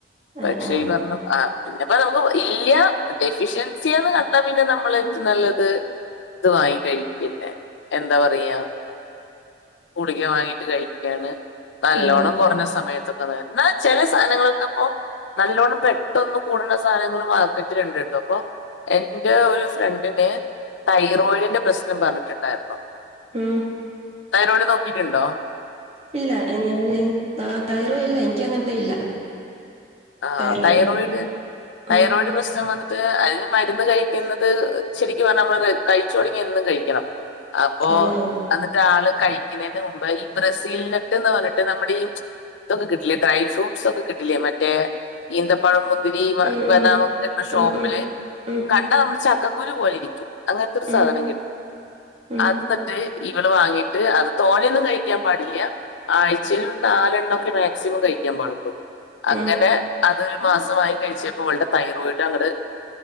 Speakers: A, on the right (about 35°); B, on the left (about 80°).
A: ആഹ്
B: പക്ഷേ
A: ആഹ്
B: ഈ പറഞ്ഞ ആഹ് പിന്നെപ്പം നമുക്ക് ഇല്ല ഡെഫിഷ്യൻസി ആന്ന് കണ്ടാ പിന്നെ നമ്മള് നല്ലത് ഇത് വാങ്ങി കഴിക്കുന്നെ എന്താ പറയാ ഗുളിക വാങ്ങിട്ട് കഴിക്ക്യാണ് നല്ലോണ്ണം
A: ഉം
B: കുറഞ്ഞ സമയത്തൊ <unintelligible> ന്നാ ചെല സാധനങ്ങളൊക്കെപ്പോ നല്ലോണ്ണം പെട്ടൊന്ന് കൂടുന്ന സാനങ്ങള് മാർക്ക ഇത്‌ രണ്ട് ട്ടപ്പൊ എന്റെ ഒരു ഫ്രണ്ടിന് തൈറോയിഡിന്റെ പ്രശ്നം പറഞ്ഞിട്ടുണ്ടായിരുന്നു
A: ഉം
B: തൈറോയ്ഡ് നോക്കിയിട്ടുണ്ടോ
A: ഇല്ല ഞാന് ആഹ് തൈറോ ഇല്ല ഇൻക്ക് അങ്ങൻത്തെ ഇല്ല
B: ആഹ്
A: തൈറോയ്ഡ്
B: തൈറോയിഡ് തൈറോയിഡ്
A: ഉം
B: പ്രശ്നം വ ട്ട് അയ്ന് മരുന്ന് കഴിക്കുന്നത് ശരിക്കും പറഞ്ഞ നമ്മള് കഴിച്ചു തുടങ്ങിയാ എന്നും കഴിക്കണം അപ്പൊ
A: ആണോ
B: എന്നിട്ട് ആള് കഴിക്നേന്റെ മുമ്പേ ഈ ബ്രസീലിനട്ട്ന്ന് പറഞ്ട്ട് നമ്മടെ ഈ ഇതൊക്കെ കിട്ടില്ലേ ഡ്രൈ ഫ്രൂട്ടസ് ഒക്കെ കിട്ടില്ലേ മ റ്റേ ഈന്തപ്പഴം മുന്തിരി
A: ഉം
B: ബദാമൊക്കെ
A: ഉം
B: കിട്ടണ ഷോപ്പില്
A: ഉം ഉം
B: കണ്ടാ നമ്മുടെ ചക്കക്കുരു പോലെരിക്കും അങ്ങൻത്തെരു
A: ഉം ഉം
B: സാധനം കിട്ടും
A: ഉം
B: അത് ന്നട്ട് ഇവള് വാങ്ങിട്ട് അത് തോനൊന്നും കഴിക്കാൻ പാടില്ല ആഴ്ചയിൽ ഒരു നാലെണ്ണോക്കെ മാക്സിമം കഴിക്കാൻ പാടുള്ളൂ അങ്ങനെ
A: ഉം
B: അതൊരു മാസമായി കഴിച്ചപ്പോ അവളുടെ തൈറോയിഡ് അങ്ങട്